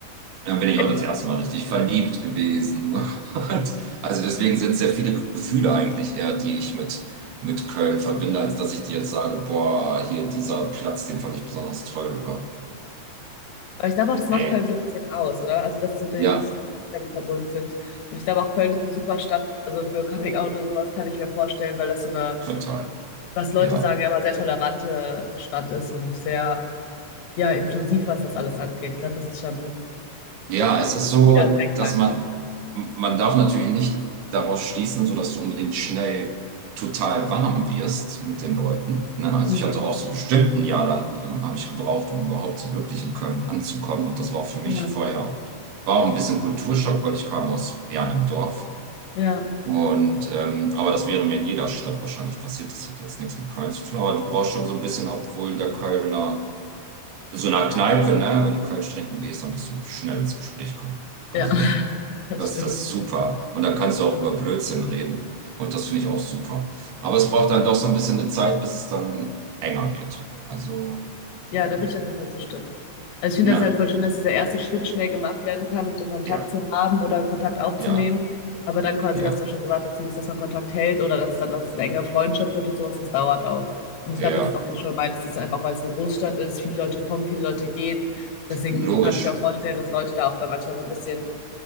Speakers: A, on the right; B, on the left.
A: Dann bin ich
B: Ja.
A: auch das erste Mal richtig verliebt gewesen. <laughs> Und also deswegen sind sehr viele Gefühle eigentlich eher, die ich mit, mit Köln verbinde, als dass ich dir jetzt sage, boah, hier dieser Platz, den fand ich besonders toll, oder?
B: Aber ich glaube auch, das macht
A: Nee.
B: Köln so ein bisschen aus, oder? Also, dass so die-
A: Ja,
B: diese Umstände verbunden sind. Und ich glaube auch, Köln ist eine super Stadt, also für Coming Out oder sowas kann ich mir vorstellen, weil das so eine
A: total.
B: was Leute
A: Ja.
B: sagen, ja immer sehr tolerante Stadt ist und sehr, ja, inklusiv, was das alles angeht. Ich glaube, das ist schon
A: Ja, es
B: ein
A: ist
B: wichtiger
A: so,
B: Aspekt
A: dass
B: einfach.
A: man, man darf natürlich nicht daraus schließen, so dass du unbedingt schnell total warm wirst mit den Leuten. Ne? Also
B: Nee.
A: ich hatte auch so bestimmt ein Jahr lang, ähm, habe ich gebraucht, um überhaupt so wirklich in Köln anzukommen. Und das war auch für mich
B: Ja,
A: vorher, war auch ein bisschen Kulturschock, weil ich kam aus eher einem Dorf.
B: ja,
A: Und, ähm, aber das wäre mir in jeder Stadt wahrscheinlich passiert. Das hat jetzt nichts mit Köln zu tun, aber du brauchst schon so ein bisschen, obwohl der Kölner so einer Kneipe, ne, wenn du Kölsch trinken gehst, dann bist du schnell ins Gespräch kommen. Also,
B: ja, <laughs> das
A: das,
B: stimmt.
A: das ist super. Und dann kannst du auch über Blödsinn reden. Und das finde ich auch super. Aber es braucht dann doch so ein bisschen eine Zeit, bis es dann enger wird. Also,
B: Ja,
A: ähm,
B: da würde ich auf jeden Fall zustimmen. Also ich finde
A: ne?
B: das halt voll schön, dass dieser erste Schritt schnell gemacht werden kann, um so Kontakt
A: Ja,
B: zu haben oder Kontakt aufzunehmen.
A: ja,
B: Aber dann quasi,
A: ja,
B: was du auch schon gesagt hast, dieses, dass man Kontakt hält oder dass es dann was eine enge Freundschaft wird und sowas, das dauert auch. Und ich
A: ja.
B: glaube, das ist auch, wie du schon meintest, das ist einfach, weil es eine Großstadt ist, viele Leute kommen, viele Leute gehen. Deswegen
A: Logisch.
B: kann ich mir auch vorstellen, dass Leute da auch dann manchmal so ein bisschen,